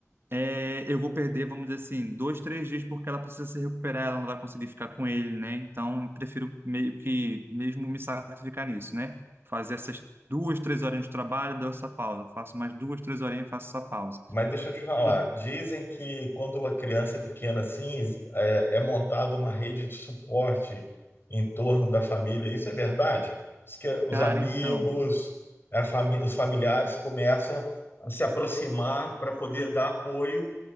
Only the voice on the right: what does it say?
é, eu vou perder, vamos dizer assim, dois, três dias porque ela precisa se recuperar, ela não vai conseguir ficar com ele, né? Então, eu prefiro meio que mesmo me sacrificar nisso, né? Fazer essas duas, três horinhas de trabalho, dou essa pausa. Faço mais duas, três horinhas e faço essa pausa.
E,
Cara,
então.